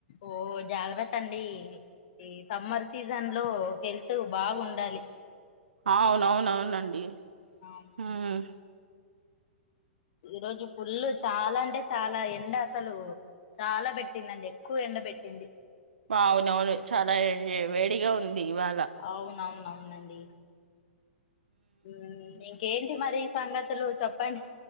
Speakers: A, on the left (about 50°); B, on the right (about 70°).
A: ఓ జాగ్రత్తండి ఈ సమ్మర్ సీజన్ లో హెల్త్ బాగుండాలి
B: అవునవునవునండి
A: అవును.
B: ఉమ్
A: ఈ రోజు ఫుల్ చాలా అంటే చాలా ఎండ అసలు చాలా పెట్టిందండి ఎక్కువ ఎండ పెట్టింది
B: అవునవును చాలా ఎ వేడిగా ఉంది ఇవాళ
A: అవునవునవునండి ఉమ్ ఇంకేంటి మరి సంగతులు చెప్పండి